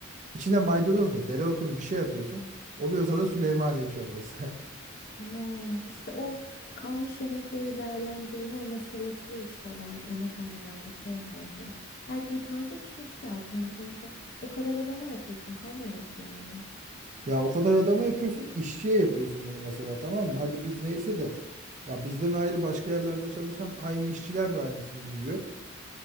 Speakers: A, on the right (about 35°); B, on the left (about 45°).
A: İçine maydanoz mu, dereotu mu bir şey atıyorsun. Oluyorsa da Süleymaniye çorbası. <laughs>
B: Ya işte o kalmış yemekleri değerlendirme meselesi işte ben yemekhanelerde sevmiyorum ya. Her gün taze pişmesi lazım. Hani sonuçta o kadar adama yapıyorsun kalmaması lazım.
A: Ya o kadar adama yapıyorsun, işçiye yapıyorsun bunu mesela tamam mı? Hadi biz neyse de ya bizden ayrı başka yerlerde çalışan aynı işçiler de aynısını yiyor.